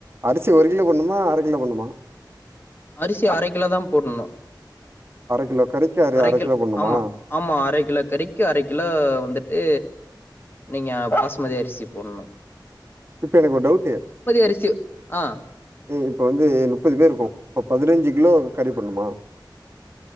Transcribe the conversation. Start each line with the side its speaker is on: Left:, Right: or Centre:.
Right: அரிசி ஒரு கிலோ போடுணுமா அர கிலோ போடுணுமா
Left: அரிசி அரக்கிலோ தா போடணும்
Right: கிலோ கறிக்கு
Left: அர கில்
Right: கிலோ போடணுமா?
Left: ஆமா ஆமா அர கிலோ கறிக்கு அர கிலோ வந்துட்டு நீங்க பாஸ்மதி அரிசி போடணும்
Right: இப்ப எனக்கு ஒரு டவுட்டு
Left: அரிசி ஆ
Right: இப்ப வந்து முப்பது பேர் இருக்கும் இப்ப பதிநஞ்சி கிலோ கறி போடுணுமா